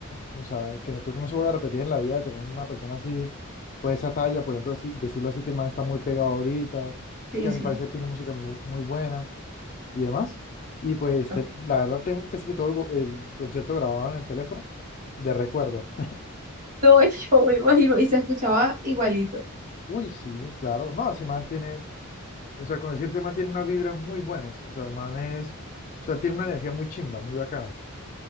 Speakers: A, on the left; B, on the right.
A: o sea, que no creo que no se vuelva a repetir en la vida de tener una persona así, pues esa talla, por ejemplo, así, decirlo así, que el man está muy pegado ahorita,
B: sí,
A: que a
B: sí.
A: mi parecer tiene música muy, muy buena y demás. Y pues,
B: Ajá.
A: te- la verdad tengo casi que todo el, go- el concierto grabado en el teléfono de recuerdo.
B: No, <laughs> yo me imagino, y se escuchaba igualito.
A: <laughs> Uy, sí, claro. No, ese man tiene. O sea, con decirte, man, tiene unas vibras muy buenas. O sea, el man es, o sea, tiene una energía muy chimba, muy bacana.